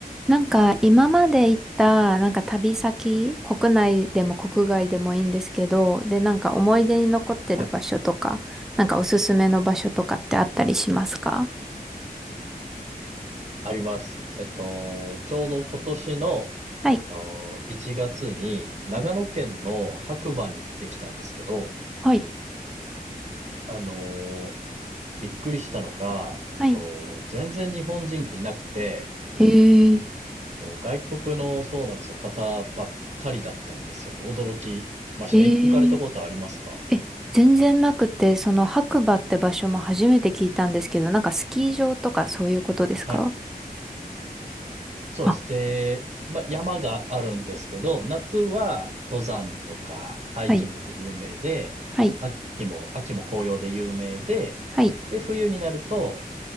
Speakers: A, in the centre; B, on the right.
A: なんか今まで行ったなんか旅先、国内でも国外でもいいんですけど、でなんか思い出に残ってる場所とか、
B: はい、
A: なんかおすすめの場所とかってあったりしますか
B: あります。えっと、ちょうど今年の、
A: はい。
B: えっと、1月に長野県の白馬に行ってきたんですけど、
A: うんはい。
B: あのーびっくりしたのが、えっと、
A: はい。
B: 全然日本人がいなくて、
A: へえ、
B: もう外国の、そうなんですよ、方ばっかりだったんですよね。驚きました。
A: へ
B: い行かれたことありますか
A: え。え、全然なくて、その白馬って場所も初めて聞いたんですけど、なんかスキー場とかそういうことですか
B: はい。そうです。
A: あ、
B: で、まあ、山があるんですけど、夏は登山とかハイキングで有名で、
A: はい、はい、
B: 秋も、秋も紅葉で有名で、
A: はい、
B: で、冬になると、